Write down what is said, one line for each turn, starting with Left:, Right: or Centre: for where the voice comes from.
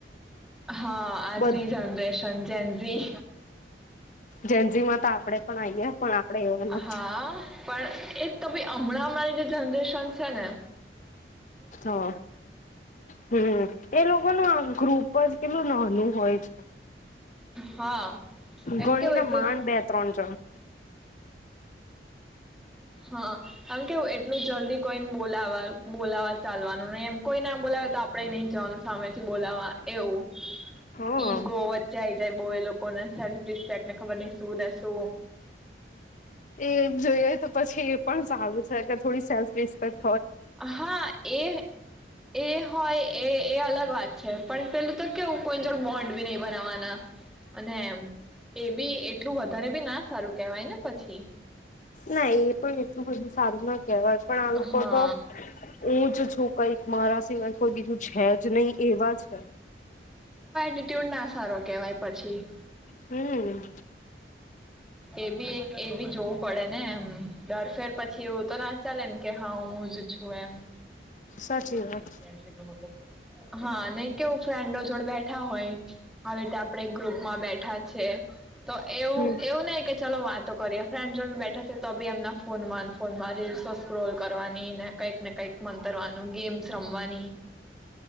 Centre: હા આજની
Left: બધ
Centre: જનરેશન જેનજી
Left: જેન્જી માં તો આપડે પણ આઈએ. પણ આપડે એવા નથી.
Centre: હા પણ એ જ તો ભાઈ હમણાં હમણાં જે જન. એડમિશન છેને
Left: હા હમ એ લોકો. ગ્રુપ જ કેટલું નાનું હોય છે.
Centre: હા એમ
Left: ગણીને
Centre: કેવું એટલું.
Left: માંડ બે ત્રણ જણ
Centre: હા આમ કેવું એટલું જલ્દી કોઈને બોલાવા બોલાવા ચાલવાનું નહી એમ કોઈ ના બોલાવે તો આપડે નઈ જવાનું સામેથી બોલાવવા એવું.
Left: હા.
Centre: ઈગો વચે થઇને જ. બહુ એ લોકોને સેલ્ફ રિસ્પેકને ખબર ન શું ને શું.
Left: એ જોઈએ તો પછી એ પણ સારું છે કે થોડી સેલ્ફ રિસ્પેક્ટ એમ.
Centre: હા એ એ હોય એ એ અલગ વાત છે પણ પેલું તો કેવું કોઈ જોડ બોન્ડ. બનાવાના. અને એ બી એટલું વધારે. બી ના સારું કેવાય ને પછી.
Left: ના એ પણ એટલું બધું સારું નથી. કહેવાય પણ આ લોકો
Centre: હા
Left: તો હ જ. છ એક મા. સિવાય કોઈ બીજું છે જ નહી એવા છે.
Centre: ડ ના. સારો કેવાય પછી
Left: હમ
Centre: એ બી એક એ બી જોવું પડેને એમ દરફેર પછી એવું તો ના ચાલે ને કે હા હું જ છું એમ.
Left: સાચી
Centre: મારી
Left: વાત
Centre: ફ્રેન્ડશીપ ન મતલબ છે. હા નઈ કેવું ફ્રેન્ડો જોડે બેઠા હોય આવી રીતે આપણે ગ્રુપમાં બેઠા છીએ તો. એવું
Left: હમ
Centre: એવું ન કે. ચાલો વાતો કરીએ. ફ્રેન્ડ જોડે બેઠીતી તો બી એમના ફોનમાં, ફોનમાં રીલ્સ સ્ક્રોલ કરવાની ને કઈક ને કઈક મંતરવાનું, ગેમ્સ રમવાની.